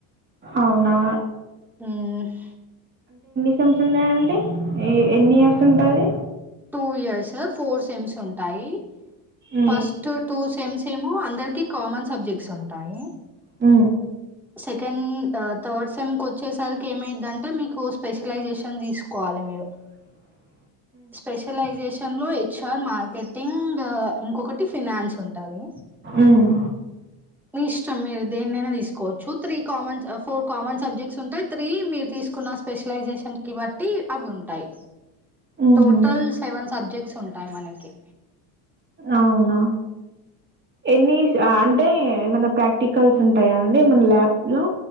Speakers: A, on the right; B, in the centre.
A: అవునా
B: ఉమ్
A: సేమ్స్ ఉంటాయా అండి ఏ ఎన్ని ఇయర్స్ ఉంటది
B: టూ ఇయర్స్ ఫోర్ సెమ్స్ ఉంటాయి.
A: ఉమ్
B: ఫస్ట్ టూ సె సేమ్స్ ఏమో అందరికి కామన్ సబ్జెక్ట్స్ ఉంటాయి.
A: హు
B: సెకండ్ ఆ థర్డ్ సెమ్కి వచ్చేసరికి ఏమైదంటే మీకు స్పెషలైజేషన్ తీసుకోవాలె మీరు.
A: అ
B: స్పెషలైజేషన్ లో హెచ్ ఆర్, మార్కెటింగ్ ఇంకొకటి ఫినాన్స్ ఉంటది.
A: ఉమ్
B: మీ ఇష్టం మీరు దేనినైనా తీసుకోవచ్చు. Three common four common subjects ఉంటయి, త్రీ మీరు తీసుకు న్న స్పెషలైజేషన్ కి బట్టి అవి ఉంటాయి.
A: ఉహు
B: టోటల్ సెవెన్ సబ్జెక్ట్స్ ఉంటాయి మనకి.
A: అవునా ఎన్ని అంటే ఏమన్నా ప్రాక్ టికల్స్ ఉంటాయా అండి మన ల్యాబ్ లో.